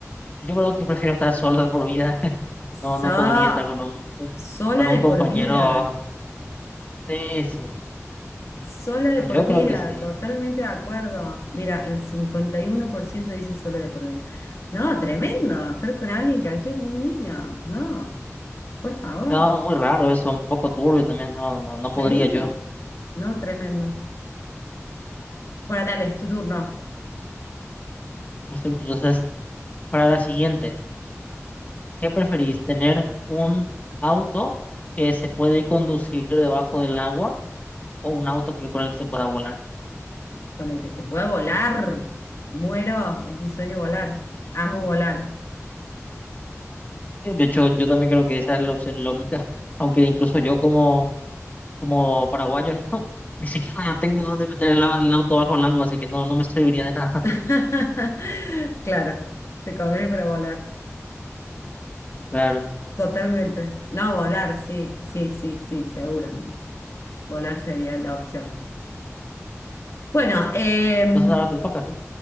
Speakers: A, on the left; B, on the left.
A: yo creo que prefiero estar solo de por vida. <laughs>
B: So,
A: No, no podría estar con un,
B: sola
A: con
B: de
A: un compañero.
B: por vida.
A: Sí, sí,
B: Sola de por
A: yo
B: vida.
A: creo que sí.
B: Totalmente de acuerdo. Mira, el 51% dice sola de por vida. No, tremendo. Estar con alguien que actúe como un niño. No, por favor.
A: No, muy raro eso, un poco turbio también, no, no, no
B: Sí,
A: podría yo.
B: no, tremendo. Bueno, dale, es tu turno.
A: Perfecto, entonces, para la siguiente, ¿qué preferís? ¿Tener un auto que se puede conducir debajo del agua o un auto que, con el que se pueda volar?
B: Con el que se puede volar. Muero, es mi sueño volar. Amo volar.
A: Eh, De hecho, yo también creo que esa es la opción lógica, <laughs> aunque incluso yo como, como paraguayo, <laughs> no, ni siquiera tengo dónde meter el, a- el auto bajo el agua, así que no, no me serviría de nada.
B: <laughs>
A: <laughs>
B: Claro, te conviene para volar.
A: Claro,
B: Totalmente. No, volar, sí, sí, sí, sí, seguro. Volar sería la opción. Bueno, eh,
A: entonces ahora te toca, ¿sí?